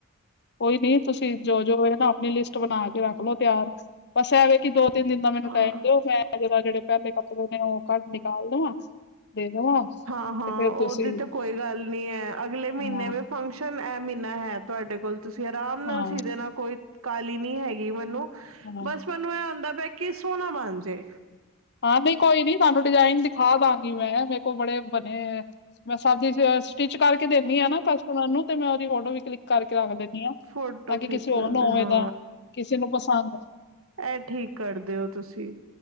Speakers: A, on the left; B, on the right.
A: ਕੋਈ ਨੀ ਤੁਸੀਂ ਜੋ ਜੋ ਨਾ ਆਪਣੀ ਲਿਸਟ ਬਣਾ ਕੇ ਰੱਖ ਲਓ ਤਿਆਰ ਬਸ ਐਵੇਂ ਕਿ ਦੋ। ਤਿੰਨ ਦਿਨ ਦਾ ਮੈਨੂੰ
B: ਹਾਂ
A: ਟਾਈਮ ਦਿਓ ਮੈਂ ਜਦਾ ਜਿਹੜੇ ਪਹਿਲੇ ਕੱਪੜੇ ਨੇ ਉਹ ਘੱਟ ਨਿਕਾਲ ਦੇਵਾਂ ਦੇ ਦੇਵਾਂ।
B: ਹਾਂ ਹਾਂ
A: ਤੇ ਫੇਰ
B: ਉਹਦੀ
A: ਤੁਸੀਂ
B: ਤੇ ਕੋਈ ਗੱਲ ਨੀ ਹੈ ਅਗਲੇ ਮਹੀਨੇ
A: ਹਾਂ
B: ਵੀ। ਫੰਕਸ਼ਨ ਇਹ ਮਹੀਨਾ ਹੈ ਤੁਹਾਡੇ ਕੋਲ ਤੁਸੀਂ ਆਰਾਮ
A: ਹਾਂ
B: ਨਾਲ ਸੀ ਦੇ ਨਾਲ ਕੋਈ। ਕਾਹਲੀ ਨੀ ਹੈਗੀ ਮੈਨੂੰ
A: ਹਾਂ
B: ਬਸ ਮੈਨੂੰ ਐ ਹੁੰਦਾ ਪਿਆ ਕਿ ਸੋਹਨਾ ਬਣ ਜੇ।
A: ਹਾਂ ਨਹੀਂ ਕੋਈ ਨੀ ਤੁਹਾਨੂੰ ਡਿਜ਼ਾਇਨ ਦਿਖਾ ਦਾਂਗੀ ਮੈਂ ਮੇਰੇ ਕੋਲ ਬੜੇ ਬਣੇ। ਮੈਂ ਸਬਦੀ ਸ ਸਟਿਚ ਕਰਕੇ ਦੇਨੀ ਆਂ ਨਾ ਕਸਟਮਰ ਨੂੰ। ਤੇ ਮੈਂ ਉਹਦੀ ਫੋਟੋ ਵੀ ਕਲਿੱਕ ਕਰਕੇ ਰੱਖ ਦੰਦੀ ਹਾਂ ਤਾਂ
B: ਫੋਟੋ
A: ਕਿ
B: ਖਿੱਚ
A: ਕਿਸੇ ਹੋਰ
B: ਲੈਂਦੇ
A: ਨੂੰ ਹੋਵੇ
B: ਹਾਂ
A: ਦਾ ਕਿਸੇ ਨੂੰ ਪਸੰਦ।
B: ਐ ਠੀਕ ਕਰਦੇ ਓ ਤੁਸੀ।